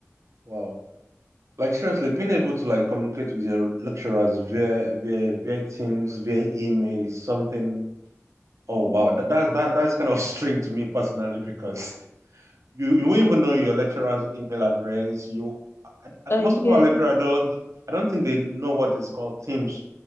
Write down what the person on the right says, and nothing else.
wow. Like seriously, being able to like communicate with your lecturers via via via Teams, via email is something Oh
wow, that, that that that's kind of <laughs> strange to me personally because you you won't even know your lecturer's email address. You I- I-
most of
our lecturer though I don't think they know what is called Teams.